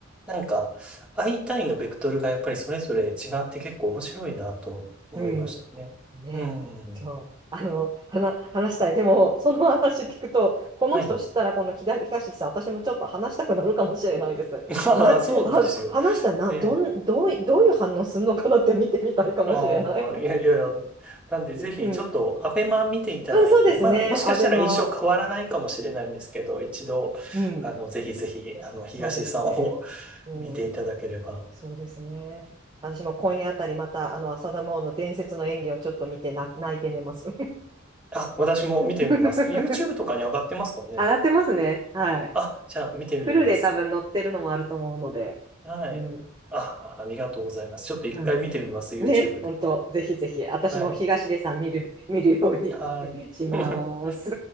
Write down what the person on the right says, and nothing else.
うん。ね、
そう、あの、話、話したい。でも、その話聞くと、この人知ったら、
この木田東さん、私もちょっと話したくなるかもしれないです。
な、
あ、話したらな、
どん、どうい、どういう反応するのかなって見てみたいかもしれない。
<laughs>
うん。
うん、そうですね。
アベマ。
うん。
そうですね。
うん。
そうですね。私も今夜あたりまた、
あの、浅田真央の伝説の演技をちょっと見てな、泣いて寝ます。
<laughs>
笑ってますね。はい。
フルで多分乗ってるのもあると思うので、
うん、
うん。
ね、本当、
ぜひぜひ、私も東出さん見る、
見るように
<laughs> します。